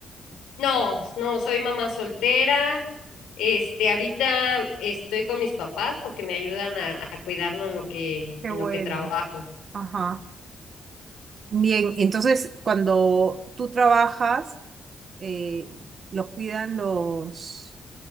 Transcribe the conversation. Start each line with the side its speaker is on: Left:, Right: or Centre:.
Left: No, no, soy mamá soltera. Este, ahorita estoy con mis papás porque me ayudan a, a cuidarlo en lo que,
Right: Qué
Left: en
Right: bueno.
Left: lo que trabajo,
Right: Ajá. Bien, entonces cuando tú trabajas, eh, los cuidan los,